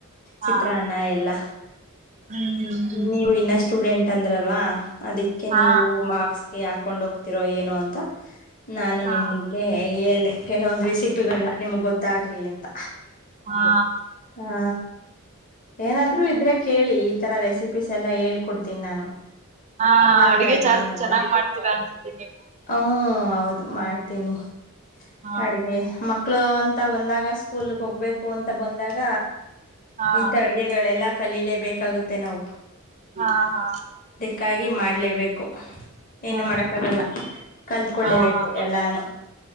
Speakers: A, on the right; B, on the left.
A: ಹಾ
B: ಚಿತ್ರಾ ಎಲ್ಲ
A: ಹ್ಮ್ ಹ್ಮ್ ಹ್ಮ್
B: ನೀವು ಇನ್ನಷ್ಟ ಸ್ಟೂಡೆಂಟ್ ಅಂದ್ರಲ್ವಾ ಅದಕ್ಕೆ
A: ಹಾ
B: ನೀವು ಬಾಕ್ಸ್ಗೆ ಹಾಕೊಂಡ್ ಹೋಗ್ತಿರೋ ಏನೋ ಅಂತ ನಾನು
A: ಹಾ
B: ನಿಮ್ಗೆ ಹೇಳ್ದೆ ಕೆಲವೊಂದು ರೆಸಿಪಿಗಳನ್ನ ನಿಮ್ಗ್ ಗೊತ್ತಾಗ್ಲಿ ಅಂತ
A: ಹಾ
B: ಹಾ ಏನಾದ್ರು ಇದ್ರೆ ಕೇಳಿ ಈತರ ರೆಸಿಪೀಸ್ ಎಲ್ಲಾ ಹೇಳಿ ಹೇಳ್ಕೋಡ್ತೀನಿ ನಾನು
A: ಹಾ
B: ಮಾತಾಡಿ
A: ಅಡ್ಗೆ ಜಾಸ್ತಿ
B: ನನ್ನ ಹತ್ರ
A: ಚೆನ್ನಾಗ್ ಮಾಡ್ತೀರಾ ಅನ್ಸುತ್ತೆ ನೀವು
B: ಹಾ ಹೌದು ಮಾಡ್ತೀನಿ
A: ಹಾ
B: ಅಡಿಗೆ ಮ ಮಕ್ಕಳು ಅಂತ ಬಂದಾಗ ಸ್ಕೂಲ್ ಹೋಗ್ಬೇಕು ಅಂತ ಬಂದಾಗ
A: ಹಾ
B: ಇಂತ ಅಡ್ಗೆಗಳೆಲ್ಲ ಕಲೀಲೇ ಬೇಕಾಗುತ್ತೆ ನಾವು
A: ಹಾ ಹಾ
B: ಕಾಗಿ ಮಾಡಲೇಬೇಕು ಏನು
A: ಹಾ
B: ಮಾಡಕ್ಕಾಗಲ್ಲ ಕಲ್ತ್ಕೊಳ್ಳೇಬೇಕು
A: ಹಾ ಹಾ
B: ಎಲ್ಲಾನು